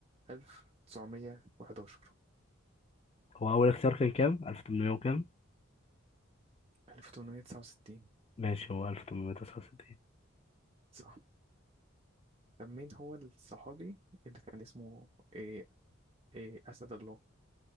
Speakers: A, on the right; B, on the left.
A: الف تسعمية وحداشر
B: هو اول اختيار كان كام 1800 وكام
A: 1869
B: ماشي هو 1869
A: صح طب مين هو الصحابي اللي كان اسمه إيه إيه أسد الله